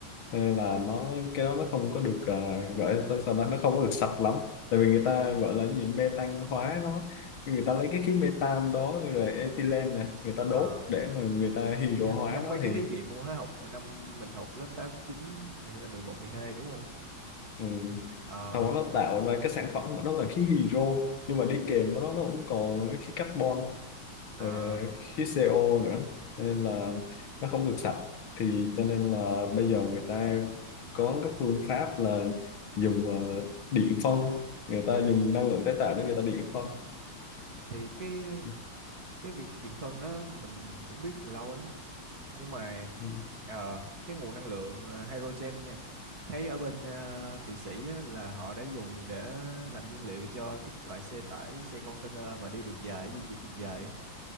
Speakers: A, on the left (about 75°); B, on the right (about 45°).
A: nên là nó cái đó nó không có được ờ, gọi là sao ta nó không có được sạch lắm tại vì người ta
B: ừ.
A: gọi là gì metan hóa nó người ta lấy cái khí metan đó rồi ethylene nè người ta đốt
B: ờ
A: để mà người ta hydro
B: Gi-
A: hóa
B: giống
A: nó
B: mấy cái
A: thì
B: thí nghiệm hóa học năm mình học lớp tám chín hay là mười một mười hai đúng không
A: Ừ.
B: ờ
A: Hầu nó tạo ra cái sản phẩm của nó là khí hydro nhưng mà đi kèm với nó nó cũng còn khí carbon
B: à
A: rồi ờ, khí CO nữa cho nên là nó không được sạch thì cho nên là bây giờ người ta có cái phương pháp là dùng ờ, điện phân người
B: Ừ.
A: ta dùng năng lượng tái tạo để người ta điện phân
B: Thì cái
A: ừ.
B: cái việc điện phân đó mình cũng biết từ lâu lắm rồi. Nhưng mà
A: Ừ.
B: ờ, cái nguồn năng lượng ờ, hydrogen nha. Thấy ở bên ờ, Thụy Sĩ á, là họ đã dùng để làm nhiên liệu cho các loại xe tải, xe container mà đi đường dài, di chuyển đường dài á.